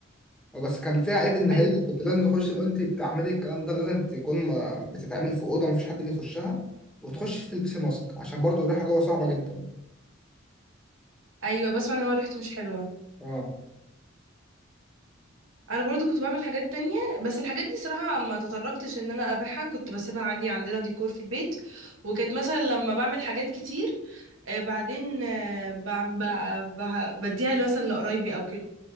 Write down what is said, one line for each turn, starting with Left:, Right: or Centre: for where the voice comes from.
Centre: بس كان فيها عيب ان هي
Right: ايوه
Centre: كنت لازم تخش وانت بتعملي الكلام ده لازم تكون ما- بتتعمل في اوضه مفيش حد بيخشها وتخش تلبسي ماسك عشان برضو الريحه جوه صعبه جدا
Right: ايوه بسمع ان هو ريحته مش حلوة
Centre: اه
Right: انا برضو كنت بعمل حاجات تانية بس الحاجات دي صراحة ما تطرقتش ان انا ابيعها كنت بسيبها عادي عندنا ديكور في البيت وكانت مثلا لما بعمل حاجات كتير آه، بعدين آه، بعم- ب- ب- بديها مثلا لقرايبي او كده